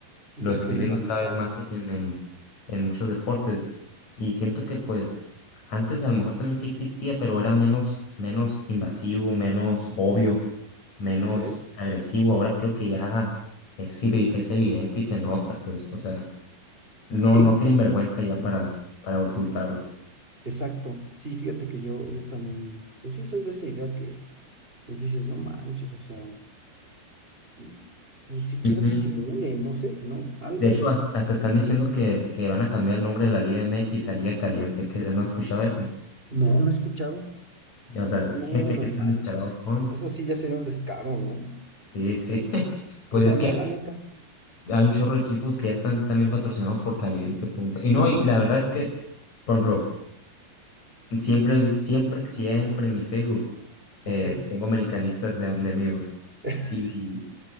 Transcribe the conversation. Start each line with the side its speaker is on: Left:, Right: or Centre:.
Right: ya
Left: lo estoy
Right: es generalizado.
Left: viendo cada vez más en, en, en muchos deportes y siento que pues antes a lo mejor también sí existía, pero era menos, menos invasivo, menos obvio, menos
Right: Ok.
Left: agresivo. Ahora creo que ya es, evi- es evidente y se nota, pues, o sea, no,
Right: Sí,
Left: no tienen vergüenza ya para, para ocultarlo.
Right: exacto. Sí, fíjate que yo, yo también, pues sí, soy de esa idea que, pues dices, no manches, o sea, mm, pues siquiera
Left: Ujú.
Right: disimule, no sé, ¿no? Algo.
Left: De hecho, hasta, hasta están diciendo que, que van a cambiar el nombre de la Liga MX a Liga Caliente, que no has escuchado eso.
Right: No, no he escuchado.
Left: O sea,
Right: No,
Left: gente
Right: no
Left: que
Right: manches.
Left: tan descarados son.
Right: Eso sí ya sería un descaro, ¿no?
Left: Sí, sí. <laughs> Pues
Right: O sea,
Left: es que
Right: no, la neta.
Left: hay un chorro de equipos que ya están también patrocinados por Caliente, pues, ento-
Right: Sí,
Left: y no, y la verdad es que, por ejemplo, siempre, he vis- siempre, siempre en mi Facebook
Right: ok.
Left: eh, tengo americanistas de, de amigos
Right: <laughs>
Left: y,